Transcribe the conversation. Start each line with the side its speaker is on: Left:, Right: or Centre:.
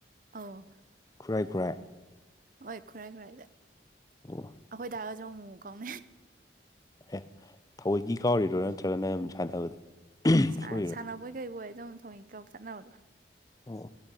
Right: ꯑꯧ꯫
Left: ꯈꯨꯔꯥꯏ ꯈꯨꯔꯥꯏ꯫
Right: ꯍꯣꯏ ꯈꯨꯔꯥꯏ ꯈꯨꯔꯥꯏꯗ
Left: ꯑꯣ
Right: ꯑꯩꯈꯣꯏ ꯗꯒꯁꯨ ꯑꯃꯨ ꯑꯃꯨ ꯀꯥꯎꯅꯩ꯫
Left: ꯑꯦ ꯊꯑꯣꯏꯒꯤ ꯀꯥꯎꯔꯤꯗ꯭ꯔꯣ ꯅꯠꯇ꯭ꯔꯒ ꯁꯨꯝ ꯁꯥꯟꯅꯕꯗ
Right: ꯁꯥ
Left: ꯁꯣꯏꯔꯤꯔꯣ
Right: ꯁꯥꯟꯅꯕꯣꯏ ꯀꯩꯕꯣꯏ ꯑꯗꯨꯝ ꯊꯑꯣꯢꯀꯤ ꯀꯥꯎ ꯊꯠꯅꯕꯗꯣ꯫
Left: ꯑꯣ